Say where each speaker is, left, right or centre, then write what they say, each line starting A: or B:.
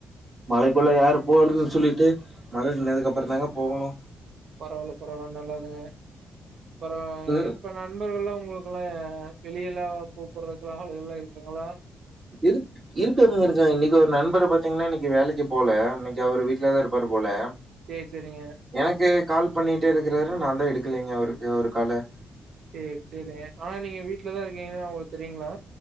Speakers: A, on the right (about 35°); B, on the right (about 65°).
A: மழைக்குள்ள யார் போறது சொல்லிட்டு மழ நின்னதுக்கப்புற தாங்க போகணு
B: பரவால பரவால நல்லதுங்க அப்புற
A: ம்
B: இப்ப நண்பர்கள்ல்லா உங்ளுக்குள்ள அ வெளியெல்லா போ போறதுக்குலா ஆளுங்கல்லா இருக்குங்களா
A: இருக் இருக்காங்க இருக்காங்க இன்னிக்கி ஒரு நண்பர் பாத்தீங்னா இன்னிக்கி வேலைக் கே போல இன்னைக்கு அவர் வீட்ல தா இருப்பாரு போல
B: சேரி, சேரிங்க.
A: எனக்கு கால் பண்ணிட்டே இருக்கிறாரு நான்தா எடுக்கலைங்க அவர்க்கு அவுர் கால
B: சேர் செரிங்க ஆனா நீங்க வீட்லதா இருக்கீங்கனு அவுங்ளுக் தெரியுங்களா